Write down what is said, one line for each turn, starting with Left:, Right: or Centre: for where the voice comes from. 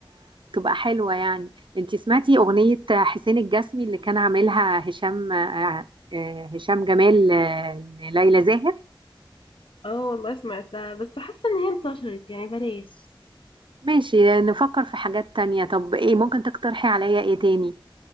Right: حلوة يعني انتي سمعتي اغنية حسين الجسمي اللي كان عاملها هشام آه آه، هشام جمال آه، ليلى زاهر
Left: اه والله سمعتها بس حاسة ان هي انتشرت يعني بلاش
Right: ماشي نفكر في حاجات تانية طب ايه ممكن تقترحي عليا ايه تاني